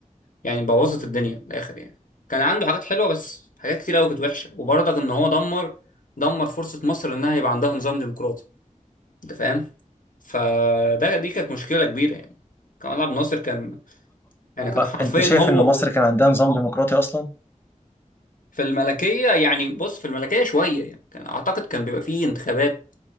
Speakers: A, on the left; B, on the left.
A: يعني بوظت الدنيا من الاخر يعني كان عنده حاجات حلوه بس حاجات كتير قوي كانت وحشه وبرضك ان هو دمر دمر فرصه مصر انها يبقى عندها نظام ديمقراطي انت فاهم فده دي كانت مشكله كبيره يعني كمال عبد الناصر كان يعني
B: هو
A: كان حرفيا
B: انت شايف
A: هو
B: ان مصر
A: وال...
B: كان عندها نظام ديمقراطي اصلا؟
A: في الملكيه يعني بص في الملكيه شويه يعني كان اعتقد كان بيبقى فيه انتخابات